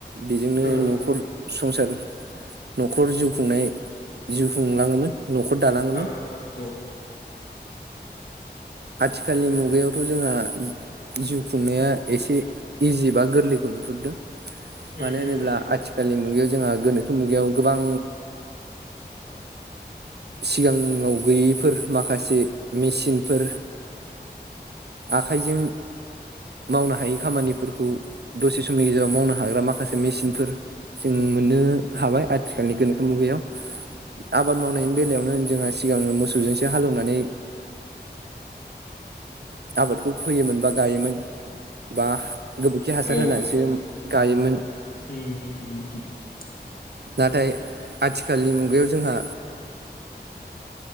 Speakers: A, on the right (about 70°); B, on the left (about 55°).
A: बेजोंनो
B: औ
A: न'खर संसार न'खर जिउ खुंनाय जिउ खुंलाङोमोन न'खर दालाङोमोन
B: औ औ औ
A: आथिखालनि मुगायावथ' जोंहा जिउ खुंनाया एसे इजि बा गोरलैखौ नुहुरदों
B: उम
A: मानो होनोब्ला
B: नंगौ
A: आथि आथिखालनि मुगायाव जोंहा गोनोखो मुगायाव गोबां सिगाङाव गैयैफोर माखासे मेचिनफोर आखाइजों मावनो हायि खामानिफोरखौ दसे समनि गेजेराव मावनो हाग्रा माखासे मेसिनफोर जों मोननो हाबाय आथिखालनि गोनोखो मुगायाव आबाद मावनायनि बेलायावनो जोंहा सिगाङो मोसौजोंसो हालेवनानै आबादखौ फोयोमोन बा गायोमोन बा गोबोरखि हासार
B: औ
A: होनानैसो गायोमोन
B: <unintelligible>
A: नाथाय आथिखालनि मुगायाव जोंहा